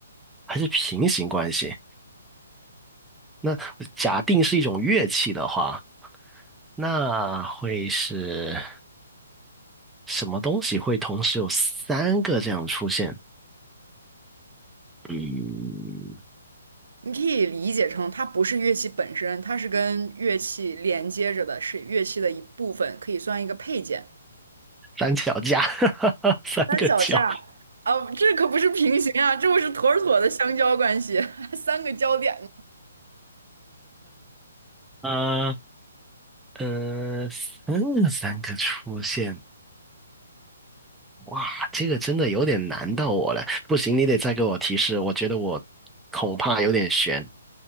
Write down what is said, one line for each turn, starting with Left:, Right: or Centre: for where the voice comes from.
Centre: 还是平行关系？那假定是一种乐器的话，那会是什么东西会同时有三个这样出现？嗯，
Right: 你可以理解成它不是乐器本身，它是跟乐器连接着的，是乐器的一部分，可以算一个配件。
Centre: 三脚架，<laughs> 三个脚。
Right: 三脚架啊，这可不是平行啊，这不是妥妥的相交关系，<laughs> 三个交点呢。
Centre: 嗯，呃，三个三个出现，哇，这个真的有点难到我了。不行，你得再给我提示，我觉得我恐怕有点悬